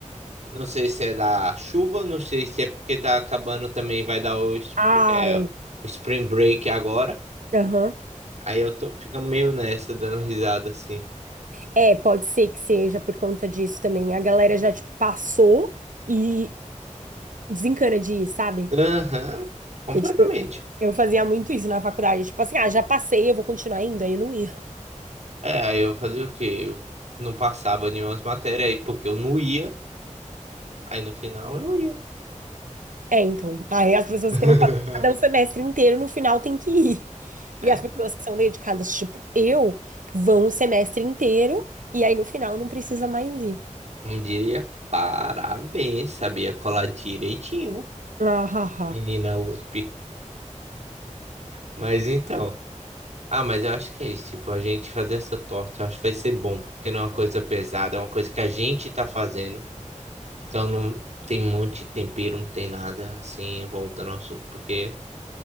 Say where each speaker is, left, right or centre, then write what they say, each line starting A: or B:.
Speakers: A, on the right (about 60°); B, on the right (about 80°).
A: não sei se é da chuva, não sei se é porque tá acabando também, vai dar o, spr-
B: Ah,
A: é,
B: é.
A: o Spring Break agora.
B: Aham.
A: Aí eu tô, fica meio nessa, dando risada assim.
B: É, pode ser que seja por conta disso também. A galera já, tipo, passou e desencana de ir, sabe?
A: Aham, completamente.
B: Que, tipo, eu fazia muito isso na faculdade. Tipo assim, ah, já passei, eu vou continuar indo. Aí eu não ia.
A: É, aí eu fazia o quê? Eu não passava nenhuma matéria aí porque eu não ia, aí no final eu ia.
B: É, então. Aí as pessoas
A: <laughs>
B: que não fazem nada o semestre inteiro, no final tem que ir.
A: É,
B: E as pessoas
A: tá.
B: que são dedicadas, tipo eu, vão o semestre inteiro e aí no final não precisa mais ir.
A: Como diria, parabéns, sabia colar direitinho.
B: Ah, ha, ha.
A: Menina USP. Mas então. Ah, mas eu acho que é isso. Tipo, a gente fazer essa torta, eu acho que vai ser bom, porque não é uma coisa pesada, é uma coisa que a gente tá fazendo. Então não tem um monte de tempero, não tem nada assim, voltando ao assunto, porque